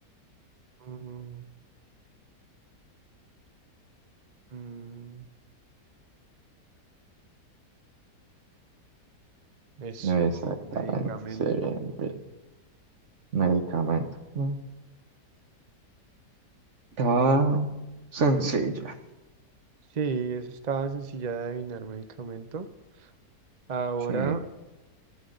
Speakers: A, on the right; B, on the right.
A: Mm, mm. Eso,
B: Exactamente,
A: medicamento.
B: sí, bien, bien. Medicamento. ¿no? Estaba sencilla.
A: Sí, eso estaba sencilla de adivinar, medicamento. Ahora,
B: Sí,